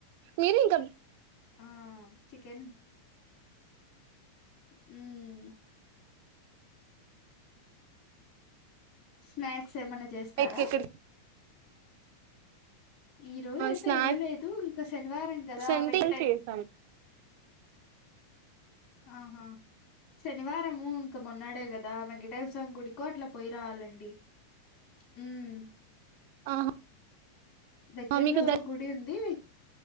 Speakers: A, on the right; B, on the left.
A: మీరు ఇంకా
B: ఆ చికెన్ హుమ్ స్నాక్స్ ఏమన్నా చేస్తారా
A: బయటకి ఎక్కడ
B: ఈ రోజు అయితే
A: స్నాక్స్
B: వెళ్ళలేదు ఇంకా శనివారం కదా
A: అంటే
B: వెంకటేే
A: ఏం చేసాం
B: ఆహా శనివారము ఇంక మొన్నాడే కదా వెంకటేశ్వర గుడికో అట్లా పోయి రావాలండి హు మ్
A: ఆహా
B: దగ్గర్లో
A: మీకు
B: గుడి ఉంది